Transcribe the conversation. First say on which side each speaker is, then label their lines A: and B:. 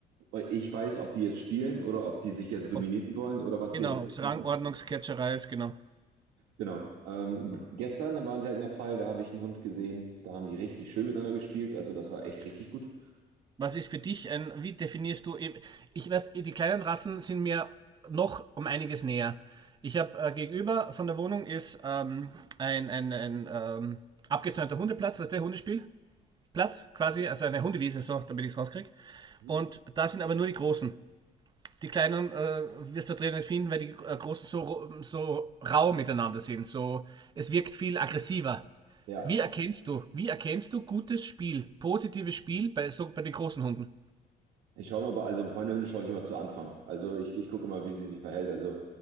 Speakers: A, on the right; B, on the right.
A: Aber Ich weiß, ob die jetzt spielen oder ob die sich jetzt dominieren
B: Ob,
A: wollen oder was
B: genau,
A: die jetzt wirklich
B: ob es
A: machen.
B: Rangordnungsketzerei ist, genau.
A: Genau. Ähm, gestern war ein seltener Fall, da habe ich einen Hund gesehen, da haben die richtig schön miteinander gespielt, also das war echt richtig gut.
B: Was ist für dich ein, wie definierst du, ich weiß, die kleinen Rassen sind mir noch um einiges näher. Ich habe äh, gegenüber von der Wohnung ist ähm, ein, ein, ein ähm, abgezäunter Hundeplatz, was der Hundespielplatz quasi, also eine Hundewiese, so, damit ich es rauskriege.
A: Mhm.
B: Und da sind aber nur die Großen. Die Kleinen äh, wirst du drin nicht finden, weil die äh, Großen so, so rau miteinander sind. So, es wirkt viel aggressiver.
A: Ja,
B: Wie erkennst du, wie erkennst du gutes Spiel, positives Spiel bei, so, bei den großen Hunden?
A: ich schaue immer, bei- also auf meine Hunde schaue ich immer zu Anfang. Also ich, ich gucke immer, wie sie sich verhält. Also